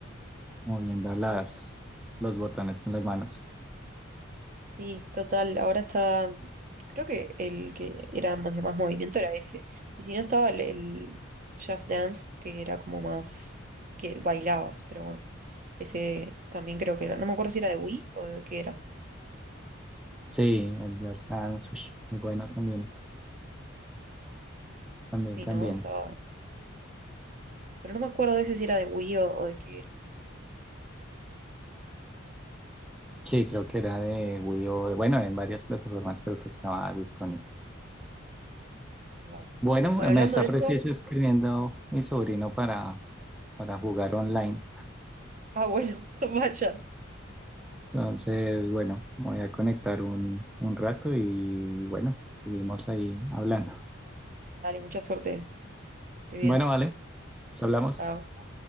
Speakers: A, in the centre; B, on the right.
A: moviendo las,
B: claro.
A: los botones con las manos.
B: sí, total, ahora está, creo que el que era más de más movimiento era ese. Y si no estaba el, el Just Dance, que era como más, que bailabas, pero bueno, ese también creo que era, no me acuerdo si era de Wii o de qué era.
A: Sí, el Just Dance, ush, muy bueno también, también,
B: Sí,
A: también.
B: no, estaba, pero no me acuerdo ese si era de Wii o, o de qué era.
A: Sí, creo que era de Wii U, bueno, en varias plataformas creo que estaba disponible.
B: Wow.
A: Bueno,
B: Bueno, hablando
A: me está
B: de eso,
A: preciso escribiendo mi sobrino para, para jugar online.
B: ah, bueno, <laughs> vayan,
A: Entonces, bueno, me voy a conectar un, un rato y bueno, seguimos ahí hablando.
B: dale, mucha suerte. Esté bien.
A: Bueno, vale, nos hablamos.
B: Chao.